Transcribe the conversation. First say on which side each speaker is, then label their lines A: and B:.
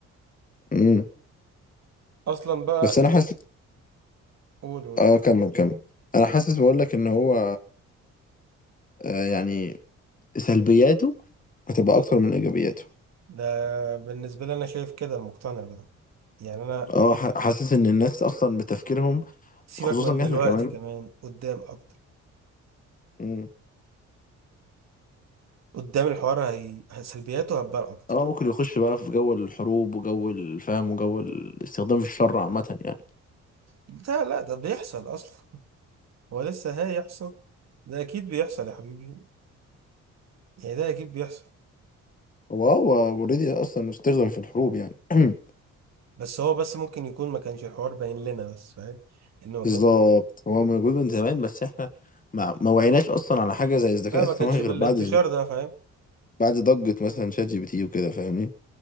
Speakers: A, on the left (about 25°); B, on the right (about 60°).
A: امم
B: أصلا بقى
A: بس انا حاسس
B: قولوا
A: اه كمل كمل انا حاسس بقول لك ان هو آه يعني سلبياته هتبقى اكتر من ايجابياته
B: ده بالنسبة لي أنا شايف كده أنا مقتنع بده يعني أنا
A: اه ح- حاسس ان الناس اصلا بتفكيرهم
B: سيبك
A: خصوصا
B: من
A: إن
B: دلوقتي
A: احنا كمان
B: كمان قدام أكتر
A: امم
B: قدام الحوار هي هي- سلبياته هتبان أكتر
A: اه ممكن يخش بقى في جو الحروب وجو الفهم وجو الاستخدام في الشر عامة يعني
B: ده لا ده بيحصل أصلا هو لسه هيحصل ده أكيد بيحصل يا حبيبي يعني ده أكيد بيحصل
A: هو هو اوريدي اصلا استخدم في الحروب يعني <clears throat>
B: بس هو بس ممكن يكون ما كانش الحوار باين لنا بس فاهم انه ما
A: بالظبط
B: كانش
A: هو موجود من زمان بس احنا ما ما وعيناش اصلا على حاجة زي الذكاء
B: لا ما
A: الاصطناعي
B: كانش بالانتشار
A: غير بعد
B: ده فاهم
A: بعد ضجة مثلا شات جي بي تي وكده فاهمني